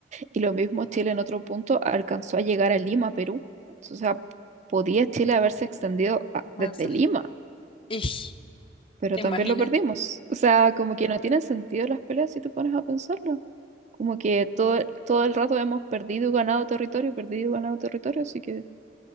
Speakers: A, on the right; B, on the left.
A: Y lo mismo Chile en otro punto alcanzó a llegar a Lima, Perú. O sea, podía Chile haberse extendido a-
B: Más.
A: desde
B: a-
A: Lima,
B: Ish,
A: pero
B: ¿te imaginas?
A: también lo perdimos. O sea, como que no tienen sentido las peleas si te pones a pensarlo. Como que todo, todo el rato hemos perdido y ganado territorio, perdido y ganado territorio, así que